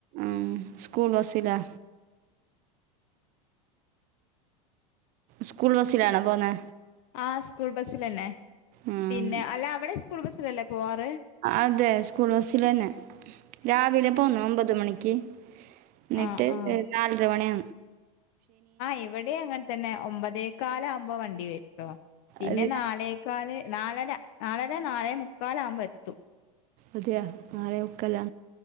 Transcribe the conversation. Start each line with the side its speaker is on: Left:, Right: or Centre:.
Right: ആഹ് സ്കൂൾ ബസില സ്കൂൾ ബസ്സിലാണോ പോന്നേ
Left: ആഹ് സ്കൂൾ ബസ്സിലന്നെ
Right: ഉം.
Left: പിന്നെ അല്ല അവിടെ സ്കൂൾ ബസ്സിലല്ലേ പോവാറ്
Right: അതെ സ്കൂൾ ബസ്സിൽ തന്നെ രാവിലെ പോന്നു ഒമ്പത് മണിക്ക് എന്നിട്ട്
Left: ആ ആ
Right: നാലര മണിയ
Left: ആ ഇവിടെ അങ്ങനെ തന്നെ ഒമ്പതേക്കാാല ആകുമ്പോ വണ്ടി വരുട്ടോ പിന്നെ
Right: അതെയാ
Left: നാലേ മുക്കാല് നാലര നാാലര നാലേ മുക്കാല ആവുമ്പോ എത്തും
Right: അതെയ ആക്കല്ല